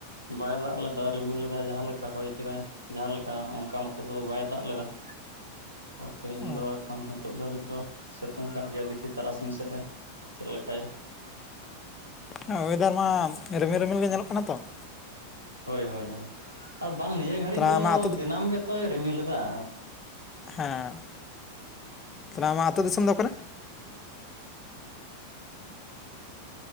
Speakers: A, on the right; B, on the left.
A: ᱵᱟᱭ ᱫᱟᱜ ᱞᱮᱫᱟ ᱨᱤᱢᱤᱞ ᱞᱮᱫᱟᱭ ᱡᱟᱦᱟᱸ ᱞᱮᱠᱟ ᱦᱚᱭ ᱠᱮᱫᱟᱭ ᱡᱟᱦᱟᱸ ᱞᱮᱠᱟ ᱚᱝᱠᱟ ᱢᱚᱛᱚ ᱫᱚ ᱵᱟᱭ ᱫᱟᱜ ᱞᱮᱫᱟ ᱾ ᱛᱮᱦᱮᱧ
B: ᱚ
A: ᱫᱚ ᱮᱠᱷᱚᱱ ᱦᱮᱛᱳᱜ ᱫᱷᱟᱹᱵᱤᱡ ᱫᱚ ᱥᱮᱛᱳᱝ ᱠᱟᱫ ᱜᱮᱭᱟᱭ ᱫᱮᱠᱷᱤ ᱛᱟᱨᱟᱥᱤᱧ ᱥᱮᱫ ᱮ ᱪᱮᱫ ᱞᱮᱠᱟᱭᱟ ᱾
B: ᱦᱮᱸ ᱚᱭᱮᱫᱟᱨ ᱢᱟ ᱨᱤᱢᱤᱞ ᱨᱤᱢᱤᱞ ᱜᱮ ᱧᱮᱞᱚᱜ ᱠᱟᱱᱟ ᱛᱚ ᱾
A: ᱦᱳᱭ ᱦᱳᱭ ᱟᱨ ᱵᱟᱝ ᱱᱤᱭᱟᱹ ᱜᱷᱟᱹᱲᱤᱡ
B: ᱛᱟᱦᱚᱞᱮ
A: ᱫᱚ
B: ᱟᱢᱟᱜ ᱟᱹᱛᱩ
A: ᱫᱤᱱᱟᱹᱢ ᱜᱮᱛᱚᱭ ᱨᱤᱢᱤᱞᱮᱫᱟ ᱾
B: ᱦᱮᱸ ᱛᱟᱦᱚᱞᱮ ᱟᱢᱟᱜ ᱟᱛᱩᱳ ᱫᱤᱥᱚᱢ ᱫᱚ ᱚᱠᱟᱨᱮ?